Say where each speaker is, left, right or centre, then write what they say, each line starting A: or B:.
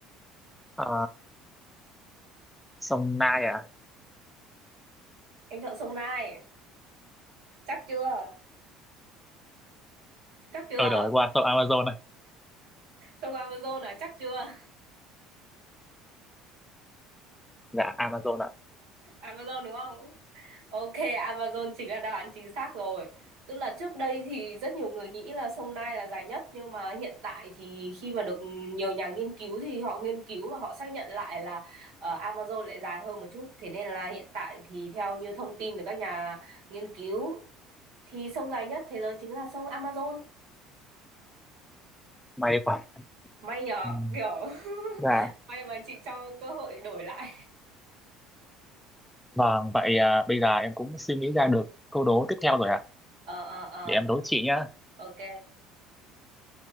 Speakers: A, in the centre; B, on the right.
A: ờ, sông Nile ạ
B: Em chọn sông Nile, chắc chưa? Chắc chưa?
A: ờ đổi qua shop Amazon này
B: Sông Amazon là chắc chưa?
A: dạ Amazon ạ
B: Amazon đúng không? Ok, Amazon chính là đáp án chính xác rồi. Tức là trước đây thì rất nhiều người nghĩ là sông Nile là dài nhất nhưng mà hiện tại thì khi mà được nhiều nhà nghiên cứu thì họ nghiên cứu và họ xác nhận lại là ờ, Amazon lại dài hơn một chút. Thế nên là hiện tại thì theo như thông tin từ các nhà nghiên cứu thì sông dài nhất thế giới chính là sông Amazon.
A: may quá
B: May nhờ,
A: Ừ.
B: kiểu
A: dạ
B: <laughs> may mà chị cho cơ hội đổi lại.
A: vâng vậy à, bây giờ em cũng suy nghĩ ra được câu đố tiếp theo rồi ạ
B: Ờ ờ ờ,
A: để em đố chị nhá
B: ok.